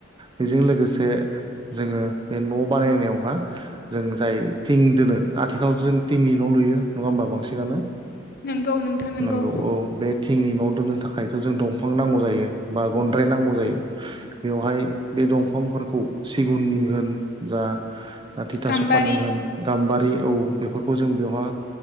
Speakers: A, on the right; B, on the left.
A: बेजों लोगोसे जोङो बे न' बानायनायावहा जों जाय थिं दोनो आथिखालाव जों थिंनि न' लुयो नङा होमबा बांसिनानो
B: नोंगौ नोंथां नोंगौ।
A: नंगौ औ बे थिंनि न' दोनो थाखायथ' जों दंफां नांगौ जायो बा गनद्राय नांगौ जायो बेवहाय बे दंफांफोरखौ सिगुननि होन जा थिथा
B: गाम्बारि
A: सफानि होन गाम्बारि औ बेफोरखौ जों बेवहा